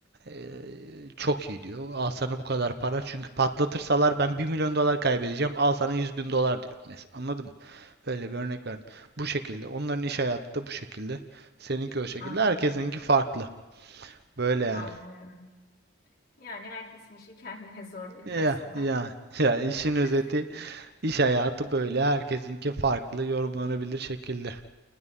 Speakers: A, on the right; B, on the left.
A: ee, çok iyi diyor. Al sana bu kadar para çünkü patlatırsalar ben bir milyon dolar kaybedeceğim. Al sana 100 bin dolar diyor. Mesela anladın mı? Böyle bir örnek verdim. Bu şekilde. Onların iş hayatı da bu şekilde. Seninki o şekilde.
B: anlıyorum,
A: Herkesinki farklı. Böyle yani.
B: anlıyorum. Yani herkesin işi kendine zor bilhassa.
A: Ya ya ya işin özeti
B: <laughs>
A: iş hayatı böyle herkesinki farklı yorumlanabilir şekilde.